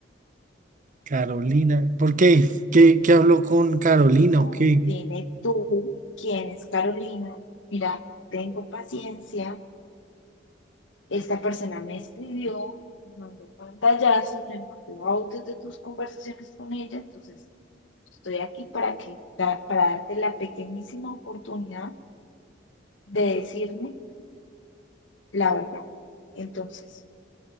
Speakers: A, on the right; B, on the left.
A: Carolina, ¿por qué? ¿Qué, qué habló con Carolina
B: No,
A: o qué?
B: dime tú quién es Carolina. Mira, tengo paciencia. Esta persona me escribió, me mandó pantallazos, me mandó audios de tus conversaciones con ella. Entonces, estoy aquí para que, para darte la pequeñísima oportunidad de decirme. la verdad. Entonces,